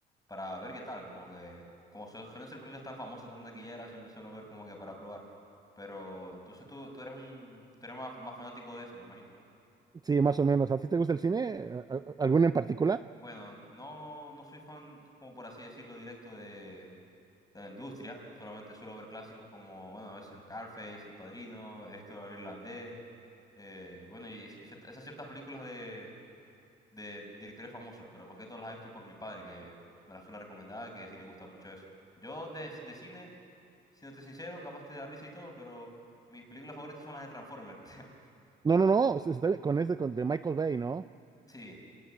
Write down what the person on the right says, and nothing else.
Sí, más o menos. ¿A ti te gusta el cine? ¿A- a- ¿Alguno en particular?
No, no, no, es- está bien, con este con, de Michael Bay, ¿no?